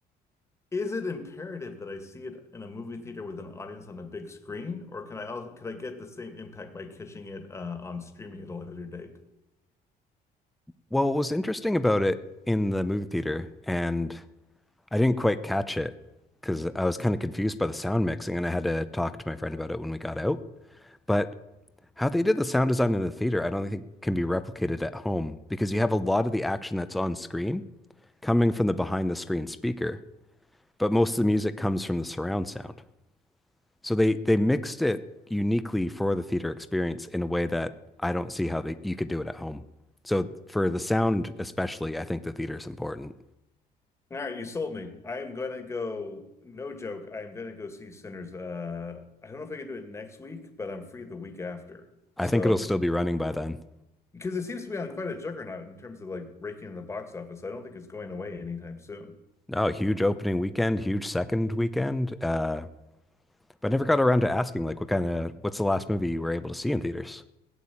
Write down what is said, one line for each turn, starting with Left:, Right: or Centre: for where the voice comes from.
Left: Is it imperative that I see it in a movie theater with an audience on a big screen, or can I also can I get the same impact by catching it uh, on streaming at a later date?
Centre: Well, what was interesting about it in the movie theater, and I didn't quite catch it because I was kind of confused by the sound mixing, and I had to talk to my friend about it when we got out. But how they did the sound design in the theater, I don't think can be replicated at home because you have a lot of the action that's on screen coming from the behind the screen speaker, but most of the music comes from the surround sound. So they they mixed it uniquely for the theater experience in a way that I don't see how they, you could do it at home. So for the sound especially, I think the theater is important.
Left: All right, you sold me. I am gonna go, no joke, I am gonna go see Sinners. Uh, I don't know if I can do it next week, but I'm free the week after.
Centre: I
Left: So,
Centre: think it'll still be running by then.
Left: because it seems to be on quite a juggernaut in terms of like raking in the box office, so I don't think it's going away anytime soon.
Centre: No, huge opening weekend, huge second weekend. Uh, but I never got around to asking, like, what kind of, what's the last movie you were able to see in theaters?